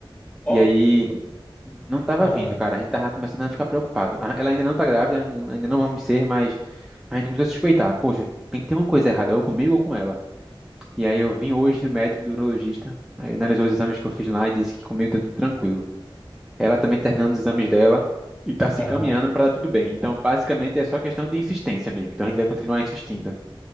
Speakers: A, on the left; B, in the centre.
A: Ó,
B: E aí não tava
A: ah,
B: vindo, cara. A gente tava começando a ficar preocupado. Ah, Ela ainda não tá grávida, ainda não ainda não vamos ser, mas a gente começou a suspeitar. Poxa, tem que ter uma coisa errada, ou comigo ou com ela. E aí eu vim hoje do médico, do urologista. Aí analisou os exames que eu fiz lá e disse que comigo tá tudo tranquilo. Ela também terminando os exames dela e está se
A: aham.
B: caminhando para dar tudo bem. Então, basicamente, é só questão de insistência mesmo. Então, a gente vai continuar insistindo.